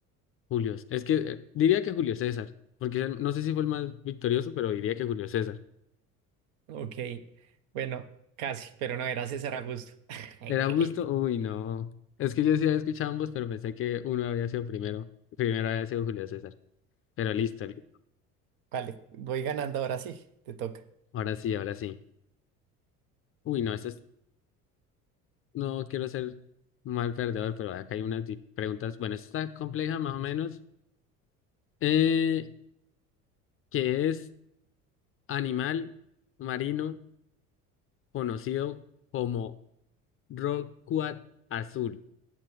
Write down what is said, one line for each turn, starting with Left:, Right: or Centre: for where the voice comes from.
Left: Julio. Es que eh, diría que Julio César, porque él- no sé si fue el más victorioso, pero diría que Julio César.
Right: Ok, bueno, casi, pero no era César Augusto.
Left: ¿Era
Right: <laughs>
Left: Augusto? Uy, no. Es que yo sí había escuchado ambos, pero pensé que uno había sido primero. Primero había sido Julio César. Pero listo, li-
Right: Vale, voy ganando ahora sí, te toca.
Left: ahora sí, ahora sí. Uy, no, esto es No quiero ser mal perdedor, pero acá hay unas di- preguntas. Bueno, esta está compleja más o menos. Eh, ¿qué es animal marino conocido como rorcual azul?